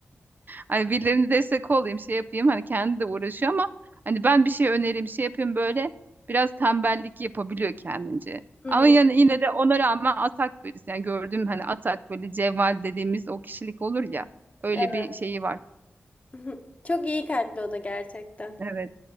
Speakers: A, on the right (about 45°); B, on the left (about 30°).
A: Hani birilerine destek olayım şey yapayım hani kendi de uğraşıyor ama hani ben bir şey önereyim şey yapayım böyle biraz tembellik yapabiliyor kendince.
B: Hmm,
A: Ama yani yine de ona rağmen atak birisi. Yani gördüğüm hani atak böyle cevval dediğimiz o kişilik olur ya öyle
B: evet.
A: bir şeyi var.
B: <laughs> Çok iyi kalpli o da gerçekten.
A: Evet.